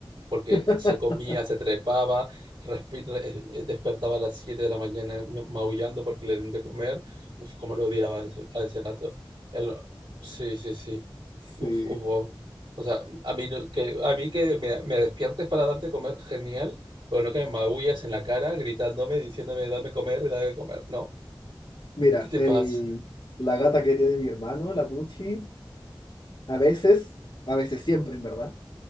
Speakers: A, on the right; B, on the left.
A: porque
B: <laughs>
A: se comía, se trepaba, respi- despertaba a las 7 de la mañana maullando porque le den de comer. Uf, cómo lo odiaba a ese, a ese gato. El- sí, sí, sí.
B: Sí.
A: Uf, uf, uf. O sea, a mí no- que, a mí que me, me despiertes para darte comer, genial, pero no que me maullas en la cara gritándome, diciéndome, dame comer, dame comer. No,
B: Mira,
A: ¿qué te
B: el,
A: pasa?
B: la gata que tiene mi hermano, la Puchi, a veces, a veces siempre, en verdad,